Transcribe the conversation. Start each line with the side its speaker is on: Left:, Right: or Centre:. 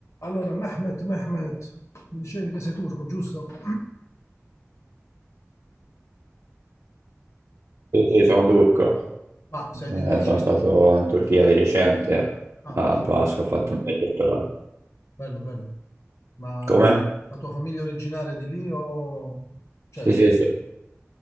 Left: Allora, Mehmet, Mehmet, mi dicevi che sei turco, giusto? <clears throat>
Right: Sì, sì, sono turco.
Left: Ma sei di origine...
Right: Eh, sono stato in Turchia di recente,
Left: Ah,
Right: a
Left: bello,
Right: Pasqua,
Left: bello,
Right: ho fatto un viaggetto là.
Left: bello, bello. Ma
Right: Come?
Left: la tua famiglia è originaria di lì o... Cioè,
Right: Sì, sì, sì.